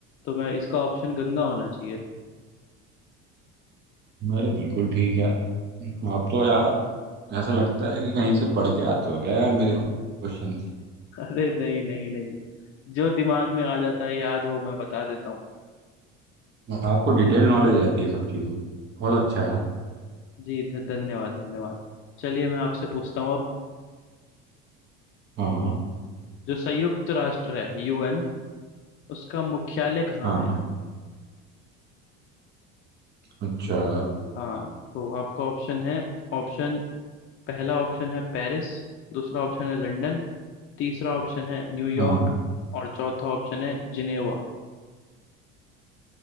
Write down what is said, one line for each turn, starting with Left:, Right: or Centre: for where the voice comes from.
Left: तो मैं इसका ऑप्शन गंगा होना चाहिए
Right: अरे बिल्कुल ठीक है आप तो यार ऐसा लगता है कि कहीं से पढ़ के आते हो क्या यार मेरे क्वेश्चन
Left: <laughs> अरे नहीं नहीं नहीं जो दिमाग में आ जाता है याद वो मैं बता देता हूँ
Right: आपको डिटेल नॉलेज रहती है सब चीजों की। बहुत अच्छा यार
Left: जी ध- धन्यवाद धन्यवाद चलिए मैं आपसे पूछता हूँ अब
Right: हाँ हाँ
Left: जो संयुक्त राष्ट्र है यूएन उसका मुख्यालय कहाँ
Right: हाँ
Left: है
Right: अच्छा
Left: हाँ तो आपका ऑप्शन है ऑप्शन पहला ऑप्शन है पेरिस दूसरा ऑप्शन है लंदन तीसरा ऑप्शन है न्यूयॉर्क
Right: हाँ
Left: और चौथा ऑप्शन है जिनेवा